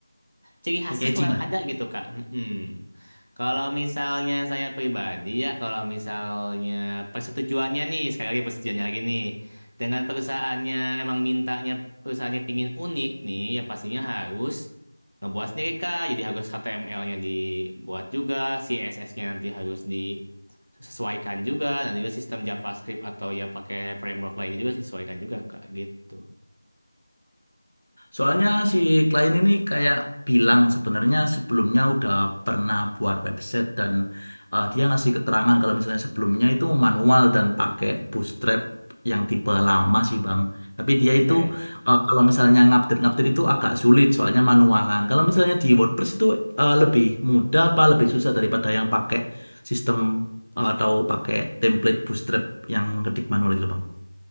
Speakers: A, on the right; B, on the left.
A: ciri khasnya
B: Packaging
A: kurang
B: lah.
A: ada gitu Kak. Mm-mm. Kalau misalnya saya pribadi ya, kalau misalnya persetujuannya nih, sekali lagi persetujuannya lagi nih, dengan perusahaannya emang mintanya perusahaannya pingin unik nih, ya pastinya harus ngebuat sendiri Kak. Jadi harus HTML-nya dibuat juga, CSS-nya nanti harus disesuaikan juga, dan juga sistem JavaScript atau ya pakai framework lainnya juga disesuaikan juga Kak, gitu.
B: Soalnya si klien ini kayak bilang
A: Mm,
B: sebenarnya sebelumnya udah pernah buat website dan eh, dia ngasih keterangan kalau misalnya sebelumnya itu manual dan pakai bootstrap yang tipe
A: mm.
B: lama sih Bang. Tapi dia
A: Oke.
B: itu eh, kalau misalnya ngupdate-ngupdate itu agak sulit soalnya manualan. Kalau misalnya di WordPress itu eh, lebih mudah apa lebih susah daripada yang pakai sistem eh, atau pakai template bootstrap yang ketik manual gitu Bang?